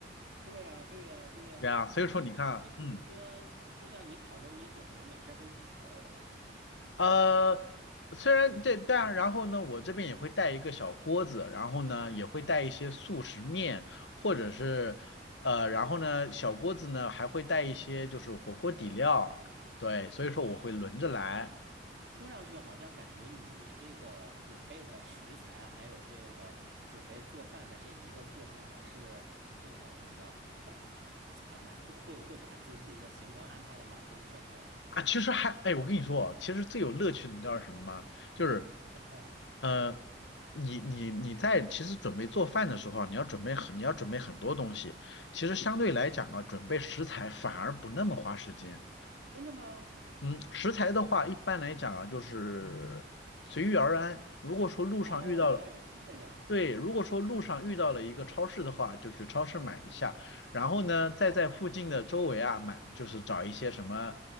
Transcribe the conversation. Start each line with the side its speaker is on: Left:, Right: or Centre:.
Right: 对呀，对呀，对呀。
Left: 对啊，所以说你看，
Right: 那你比如说，
Left: 嗯。
Right: 就像你烤肉，你总不能每天都吃烤肉吧？
Left: 呃，虽然这，但然后呢，我这边也会带一个小锅子，然后呢，也会带一些速食面，或者是呃，然后呢，小锅子呢还会带一些就是火锅底料，
Right: 哦，
Left: 对，
Right: 火锅底料，
Left: 所以说我会轮着来
Right: 听上去好像感觉你这个准备的食材，还有这个准备做饭的这一个过程，还是这个叫什么叫满丰 <tsk> 啊，满会会会把自己的行程安排的蛮丰盛的，
Left: 啊。其实还，哎，我跟你说，其实最有乐趣的你知道是什么吗？就是
Right: 什么呀？
Left: 呃，你你你在其实准备做饭的时候啊你要准备很你要准备很多东西，其实相对来讲啊，准备食材反而不那么花时间。
Right: 真的吗？
Left: 嗯，食材的话，一般来讲啊，就是随遇而安。如果说路上遇到了，
Right: 哦，原来是这样。
Left: 对，如果说路上遇到了一个超市的话，就去超市买一下，然后呢，再在附近的周围啊买，
Right: 哦
Left: 就是找一些什么，